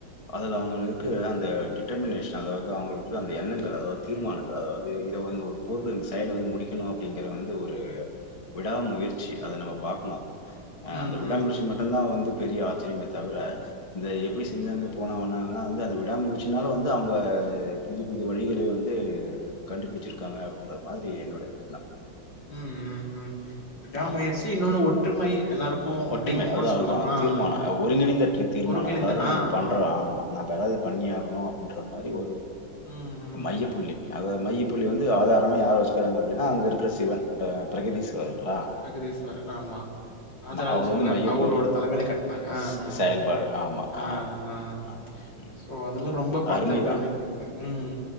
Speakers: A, on the left; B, on the left.
A: அதுல அவுங்களுக்கு அந்த டிட்டெர்மினேஷன் அதாவது அவுங்களுக்கு அந்த எண்ணங்கள் அதாவது தீர்மானங்கள் அதாவது இத வந்து ஒரு பொருள் இந்த செயல வந்து முடிக்கணு அப்டிங்கற வந்து ஒரு விடா முயற்சி அத நம்ம பாக்கணு அத அ
B: ம்,
A: அந்த விடாம முயற்சி
B: ம்.
A: மட்டும்தா வந்து பெரிய ஆச்சரியமே தவிர இந்த எப்படி செஞ்சாங்க போனா வான்னாங்கன்னா வந்து அந்த விடாம முயச்சுனால வந்து அவுங்க புது புது வழிகள வந்து கண்டுபிடிச்சிருக்காங்க அப்டின்ற மாதிரி என்னோட எண்ணோ
B: ம் ம் ம் விடா
A: ஆமா.
B: முயற்சி இன்னொன்னு ஒற்றுமை எல்லாருக்கு
A: ஒற்றுமை
B: அப்டிங்கன்னு
A: அதான்
B: கூட சொல்லலா
A: அதான்
B: ஆ
A: தீர்மானம்.
B: ஆ
A: ஒருங்கிணைந்த ட்ரி தீர்மானம்.
B: ஒருங்கிணைந்து
A: எல்லாரும்
B: ஆ
A: நம்ம பண்றோம்
B: ஆஆ
A: ஆமா. நம்ம ஏதாவது பண்ணியே ஆகணு அப்டின்ற மாரி ஒரு
B: ம் ம்
A: மைய புள்ளி அத மையப்புள்ளி வந்து ஆதாரமா யார வெச்சுக்கிறாங்க அப்டின்னா அங்க இருக்கற சிவன் பிரகதீஸ்வரர்ங்ளா
B: பிரகதீஸ்வரர் ஆமா ராஜ ராஜ
A: அவரு
B: சோழன்
A: வந்து மையப்புள்ளி
B: அவுரோட தலைமையில கட்டினாங்க ஆ
A: ஸ்
B: ஆ
A: செயல்பாடு. ஆமா,
B: ஆ
A: ஆமா,
B: ஆ
A: ஆமா. ம்.
B: சோ அதெல்லா ரொம்ப பாத்து
A: அருமைதான்.
B: பிரம்மிப்படஞ்சே ம்